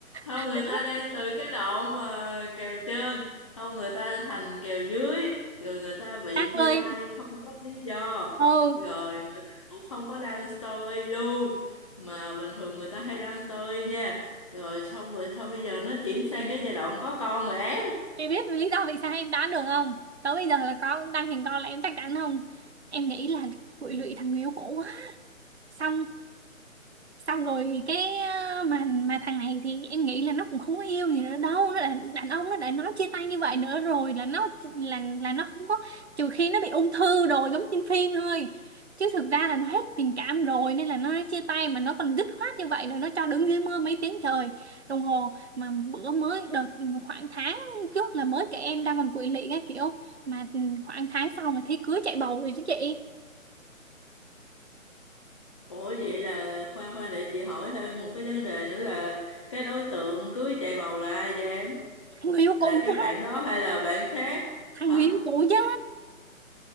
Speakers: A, on the left; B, on the right.
A: không
B: vậy
A: người ta
B: thôi.
A: đang từ cái đoạn mà kèo trên không người ta thành kèo dưới rồi người ta bị
B: Đăng
A: chia
B: ơi
A: tay không có lý do
B: ừ
A: rồi người ta cũng không có đăng story luôn mà bình thường người ta hay đăng story nha rồi xong rồi thôi bây giờ nó chuyển sang cái giai đoạn có con rồi em
B: chị biết lý do vì sao em đoán được không tới bây giờ là có đăng hình con là em chắc chắn không em nghĩ là quỵ
A: Ừ.
B: lụy thằng người yêu cũ á xong xong rồi cái ờ, mà mà thằng này thì em nghĩ là nó cũng không có yêu gì nữa đâu nó đã, đàn ông nó đã nói chia tay như vậy nữa rồi là nó là là nó không có trừ khi nó bị ung thư rồi giống trên phim thôi chứ thực ra là nó hết tình cảm rồi nên là nó nói chia tay mà nó còn dứt khoát như vậy rồi nó cho đứng dưới mưa mấy tiếng trời đồng hồ mà bữa mới đợt ừ, khoảng tháng trước là mới kể em đang còn quỵ lị cái kiểu mà ừ, khoảng tháng sau là thấy cưới chạy bầu rồi chứ chị
A: Ủa vậy là khoan khoan để chị hỏi thêm một cái vấn đề nữa là cái đối tượng cưới chạy bầu là ai vậy em?
B: thằng người yêu
A: là
B: cũ
A: cái
B: chứ
A: bạn đó hay là bạn khác hả
B: thằng người yêu cũ chứ